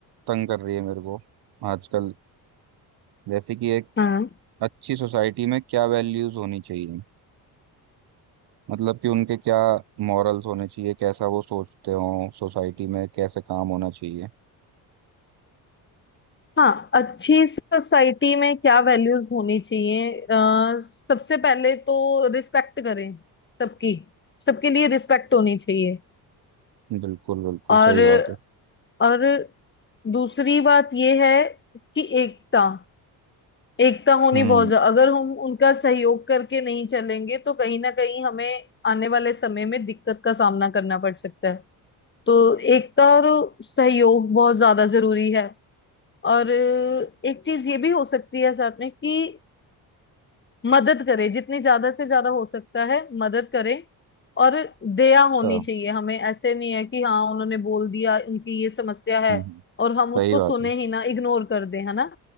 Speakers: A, on the right; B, on the left.
A: तंग कर रही है मेरे को आजकल जैसे कि एक
B: हाँ
A: अच्छी सोसाइटी में क्या वैल्यूज होनी चाहिए मतलब कि उनके क्या मॉरल्स होने चाहिए कैसा वो सोचते हो सोसाइटी में कैसे काम होना चाहिए
B: हाँ अच्छी सोसाइटी में क्या वैल्यूज होनी चाहिए अ, सबसे पहले तो रिस्पेक्ट करें सबकी सबके लिए रिस्पेक्ट होनी चाहिए
A: बिल्कुल बिल्कुल
B: और
A: सही बात है
B: और दूसरी बात यह है कि एकता एकता होनी
A: हम्म
B: बहुत ज्यादा अगर हम उनका सहयोग करके नहीं चलेंगे तो कहीं ना कहीं हमें आने वाले समय में दिक्कत का सामना करना पड़ सकता है तो एकता और सहयोग बहुत ज्यादा जरूरी है और एक चीज ये भी हो सकती है साथ में कि मदद करे जितनी ज्यादा से ज्यादा हो सकता है मदद करे और दया
A: अच्छा
B: होनी चाहिए हमें ऐसे नहीं है कि हाँ उन्होंने बोल दिया उनकी ये समस्या है
A: हम्म हम्म,
B: और हम उसको
A: सही बात
B: सुने
A: है
B: ही ना इग्नोर कर दें है ना